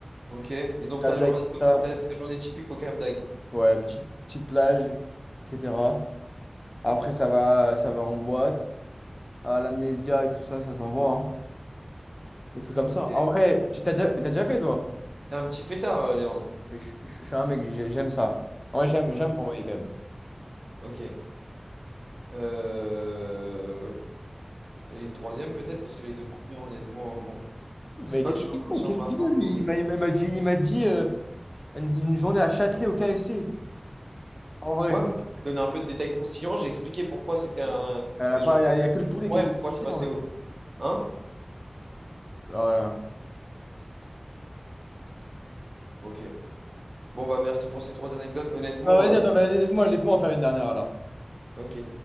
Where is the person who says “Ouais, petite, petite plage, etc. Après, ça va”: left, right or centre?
Left